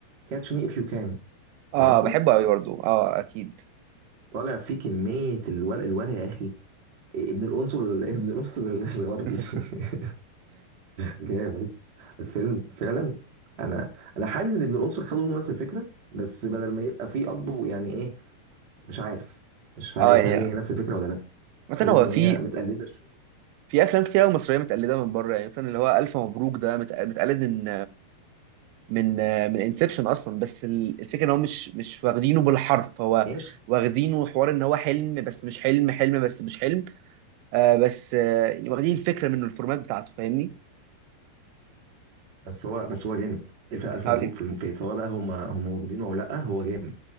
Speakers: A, on the right (about 60°); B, on the right (about 85°).
A: كاتش مي اف يو كان تعرفه
B: اه بحبه قوي برضه اه اكيد
A: طالع فيه كمية الولع الولع يا أخي ابن القنصل ابن القنصل الغربي
B: <laughs>
A: <laughs> جامد الفيلم فعلا أنا أنا حاسس إن ابن القنصل خدوا منه نفس الفكرة بس بدل ما يبقى فيه أب ويعني إيه مش عارف مش عارف
B: اه يعني
A: هل هي نفس الفكرة ولا لأ
B: مثلا
A: حاسس
B: هو
A: إن
B: في
A: هي متقلدة شوية
B: في افلام كتير قوي مصريه متقلده من بره يعني مثلا اللي هو الف مبروك ده متق- متقلد من من آه، من انسبشن اصلا بس ال- الفكره ان هو مش مش واخدينه بالحرف هو
A: ماشي
B: واخدينه حوار ان هو حلم بس مش حلم حلم بس مش حلم آه بس آه يعني واخدين الفكره منه الفورمات بتاعته فاهمني
A: بس هو بس هو جامد ألف ألف
B: على
A: مبروك
B: فكرة،
A: في الم- في سواء بقى هم هم واخدينه أو لأ هو جامد